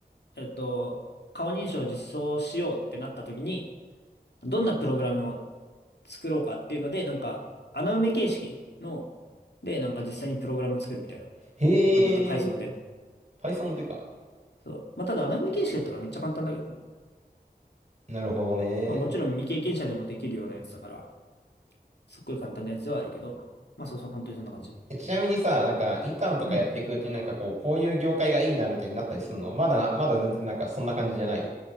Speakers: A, on the left; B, on the right.
A: えっと、顔認証を実装しようってなった時に、どんなプログラムを作ろうかっていうので、なんか穴埋め形式の、で、なんか実際にプログラム作るみたいな
B: うん。へえ、
A: 感じだった。Python で。
B: Python でか。
A: そう。まあ、ただ穴埋め形式だったからめっちゃ簡単だけどね。
B: なるほどね。
A: まあもちろん未経験者でもできるようなやつだから、すっごい簡単なやつではあるけど、まあそうそう、本当にそんな感じ。
B: えちなみにさ、なんか、インターンとかやっていくうちになんかこう、
A: うん。
B: こういう業界がいいなみたいになったりするのまだ、まだ全然なんかそんな感じじゃない。